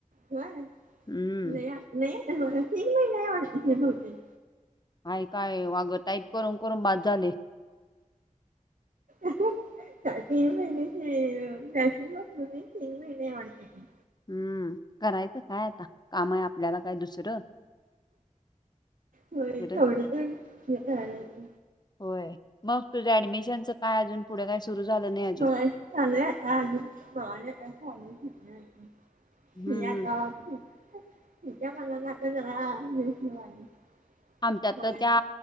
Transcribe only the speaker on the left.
हम्म.
हय काय वाग टाईप करून करून बास झाले
हम्म करायचं काय आता काम आहे आपल्याला काय दुसरं
फिरं.
होय. मग तुझ्या एडमिशनचं काय अजून पुढे काय सुरू झालं नाही अजून?
हं, हं. आमच्यात
तर त्या